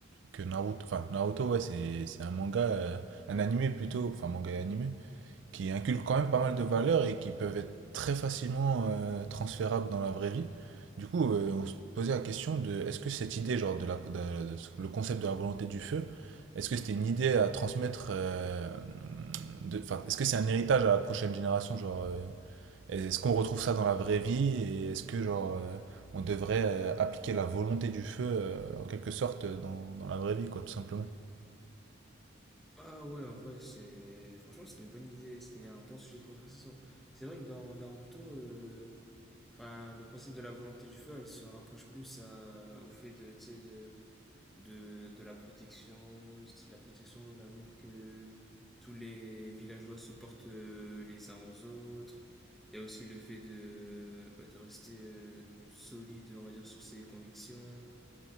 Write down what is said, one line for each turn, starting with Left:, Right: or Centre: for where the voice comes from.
Right: que Naruto enfin Naruto ouais c'est c'est un manga euh, un animé plutôt enfin manga et animé qui inculque quand même pas mal de valeurs et qui peuvent être très facilement euh, transférables dans la vraie vie. Du coup euh, on se posait la question de est-ce que cette idée genre de la de- de ce- le concept de la volonté du feu est-ce que c'était une idée à transmettre euh, de enfin est-ce que c'est un héritage à la prochaine génération genre euh, est-ce qu'on retrouve ça dans la vraie vie et est-ce que genre euh, on devrait euh, appliquer la volonté du feu euh, en quelque sorte euh, dans, dans la vraie vie quoi tout simplement.
Centre: Ah ouais, en vrai, c'est... Franchement, c'était une bonne idée, c'était un bon sujet de conversation. C'est vrai que dans Naruto, euh, enfin, le concept de la volonté du feu, elle se rapproche plus à- au fait de, tu sais, de... de, de la protection, c'est de la protection, l'amour que tous les villageois se portent euh, les uns aux autres. Il y a aussi le fait de, bah, de rester euh, solide, on va dire, sur ses convictions.